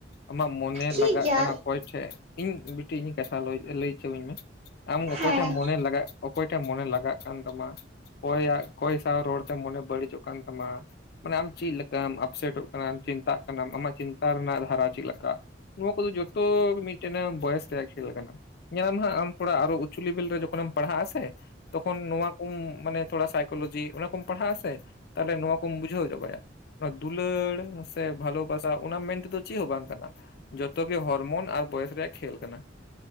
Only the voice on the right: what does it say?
ᱴᱷᱤᱠ
ᱜᱮᱭᱟ
ᱦᱮᱸ